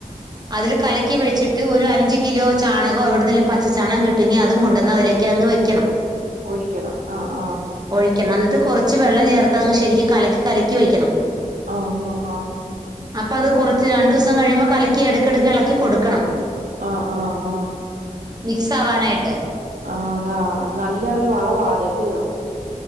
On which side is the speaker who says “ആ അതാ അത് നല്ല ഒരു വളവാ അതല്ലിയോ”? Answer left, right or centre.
Right